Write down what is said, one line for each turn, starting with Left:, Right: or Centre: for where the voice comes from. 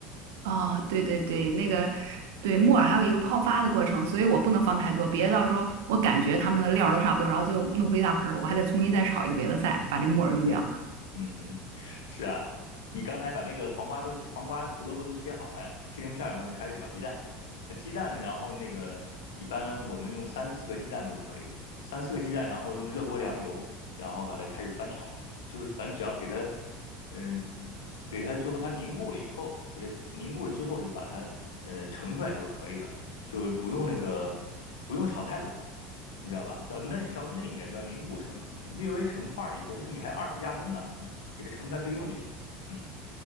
Right: 哦，对对对，那个对木耳还有一个泡发的过程，所以我不能放太多，别到时候我感觉它们的料儿都差不多，然后最后弄出一大盆儿，我还得重新再炒一个别的菜，把这木耳用掉。
Left: 对，嗯，<laughs> 是啊，你刚才把那个黄瓜都洗黄瓜、胡萝卜都切好了，切成片儿以后，你就开始炒鸡蛋。那鸡蛋，然后那个一般我们用三四个鸡蛋都可以，三四个鸡蛋，然后用热锅凉油，然后把它开始翻炒，就是反正只要给它，嗯、给它最后它凝固了以后，给它凝固了之后，就把它呃盛出来就可以了，就不用那个不用炒太老，你知道吧？要嫩，稍微嫩一点，只要凝固成略微成块了以后，因为你还要二次加工呢，给它盛出来备用就行。嗯，